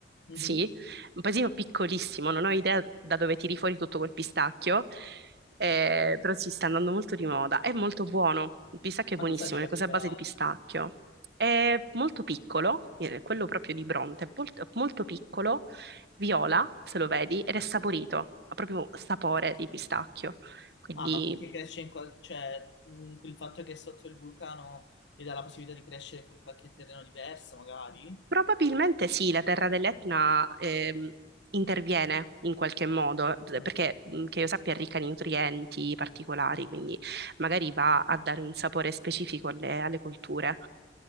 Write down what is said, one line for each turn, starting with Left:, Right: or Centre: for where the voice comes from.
Left: mhm.
Right: sì, un paesino piccolissimo, non ho idea da dove tiri fuori tutto quel pistacchio, eh, però si sta andando molto di moda. È molto buono, il pistacchio
Left: Ma
Right: è buonissimo,
Left: cosa di particolare?
Right: le cose a base di pistacchio. È molto piccolo, eh, quello proprio di Bronte, è molto, molto piccolo, viola, se lo vedi, ed è saporito, ha proprio sapore di pistacchio. Quindi
Left: Ah, ma perché cresce in qual... cioè, mm, il fatto che è sotto il vulcano gli dà la possibilità di crescere con qualche terreno diverso, magari?
Right: Probabilmente sì, la terra dell'Etna ehm, interviene in qualche modo,
Left: Mm.
Right: perché mh, che io sappia è ricca di nutrienti particolari, quindi magari va a dare un sapore specifico alle, alle colture,